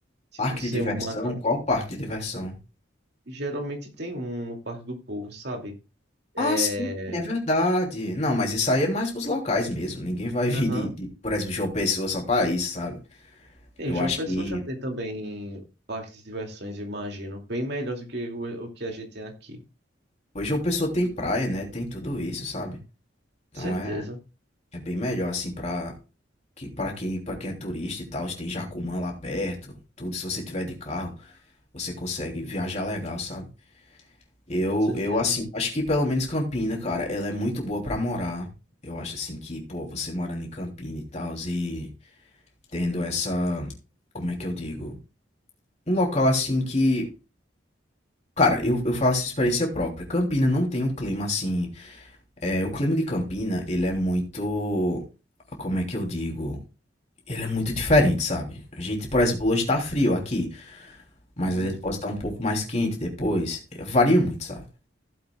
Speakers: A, on the right; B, on the left.
A: tipo,
B: Parque
A: ser
B: de diversão?
A: uma. atra-
B: Qual parque de diversão?
A: Geralmente tem um no Parque do Povo, sabe? É.
B: Ah, sim, é verdade. Não, mas isso aí é mais pros locais mesmo. Ninguém vai <laughs> vir
A: Aham.
B: de, de, por exemplo, João Pessoa só pra isso, sabe?
A: E
B: Eu
A: João
B: acho
A: Pessoa
B: que.
A: já tem também parques de diversões, eu imagino. Bem melhores do que o, o que a gente tem aqui.
B: Pois João Pessoa tem praia, né? Tem tudo isso, sabe? Então
A: Certeza,
B: é, é bem melhor, assim, pra, que, pra, quem, pra quem é turista e tal. Tem Jacumã lá perto, tudo. Se você tiver de carro, você consegue viajar legal, sabe? Eu,
A: certeza.
B: eu, assim, acho que pelo menos Campina, cara, ela é muito boa pra morar. Eu acho, assim, que, pô, você morando em Campina e tal, e tendo essa. Como é que eu digo? um local assim que. Cara, eu, eu falo faço experiência própria. Campina não tem um clima assim. É, o clima de Campina, ele é muito. Como é que eu digo? Ele é muito diferente, sabe? A gente, por exemplo, hoje tá frio aqui, mas
A: Uhum.
B: às vezes pode estar um pouco mais quente depois. É, Varia muito, sabe?